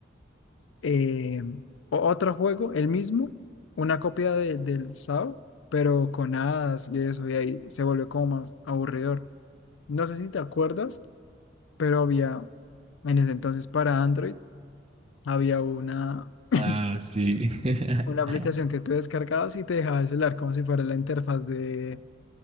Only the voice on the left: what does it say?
eh, o- otro juego, el mismo, una copia de- del SAO, pero con hadas y eso, y ahí se volvió como más aburridor. No sé si te acuerdas, pero había, en ese entonces para Android, había una, <coughs>
<clears throat>
una aplicación que tú descargabas y te dejaba el celular como si fuera la interfaz de,